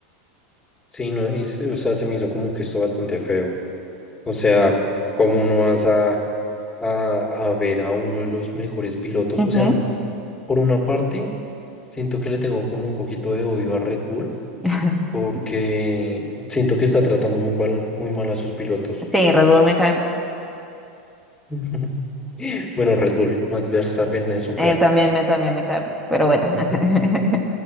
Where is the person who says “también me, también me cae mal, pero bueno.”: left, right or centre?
Centre